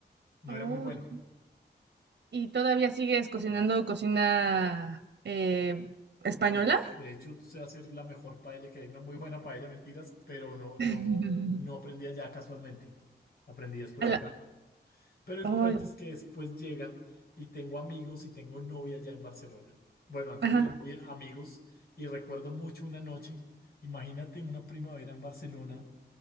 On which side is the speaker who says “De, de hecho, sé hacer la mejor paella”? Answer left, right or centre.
Left